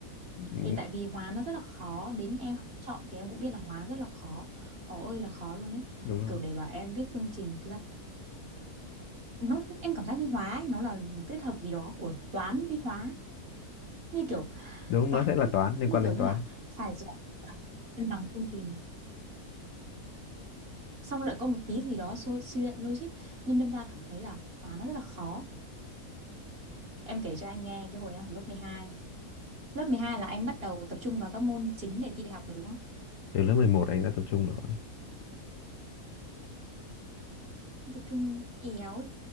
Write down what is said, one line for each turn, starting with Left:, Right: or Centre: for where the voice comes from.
Left: ừ,
Right: thì tại vì hóa nó rất là khó đến em học chọn thì em cũng biết là hóa rất là khó khó ơi là khó luôn ấy
Left: đúng rồi
Right: kiểu để bảo em viết phương trình thực ra nó em cảm giác như hóa ấy, nó là một kết hợp gì đó của toán với hóa ấy. như kiểu
Left: đúng
Right: toán
Left: nó sẽ là toán liên
Right: như
Left: quan
Right: kiểu
Left: đến
Right: như
Left: toán
Right: là phải giỏi cả cân bằng phương trình xong lại có một tí gì đó so- suy luận logic nên đâm ra cảm thấy là toán nó rất là khó em kể cho anh nghe cái hồi em học lớp mười hai lớp mười hai là anh bắt đầu tập trung vào các môn chính để thi đại học rồi đúng không
Left: từ lớp 11 anh đã tập trung rồi
Right: tập trung éo